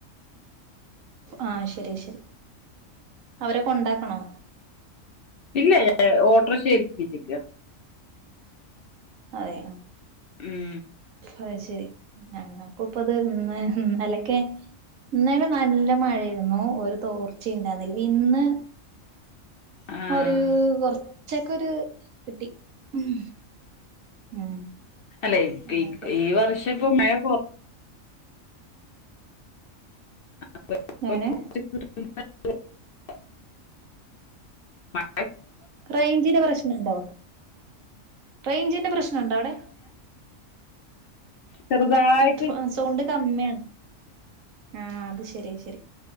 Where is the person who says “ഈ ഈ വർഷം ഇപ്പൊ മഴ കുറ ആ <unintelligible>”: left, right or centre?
Left